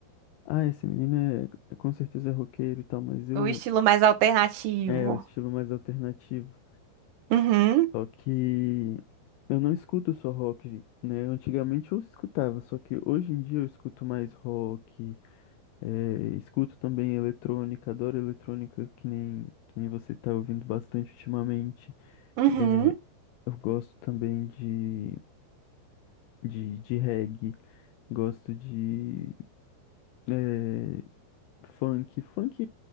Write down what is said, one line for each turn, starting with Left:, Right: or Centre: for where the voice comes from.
Left: ah, esse menino é... com certeza é roqueiro e tal, mas eu...
Right: O estilo mais alternativo.
Left: É, o estilo mais alternativo.
Right: Uhum.
Left: Só que eu não escuto só rock, né? Antigamente eu escutava, só que hoje em dia eu escuto mais rock, eh, escuto também eletrônica, adoro eletrônica, que nem, que nem você tá ouvindo bastante ultimamente.
Right: Uhum.
Left: Eh, eu gosto também de, de, de reggae, gosto de eh, funk. Funk,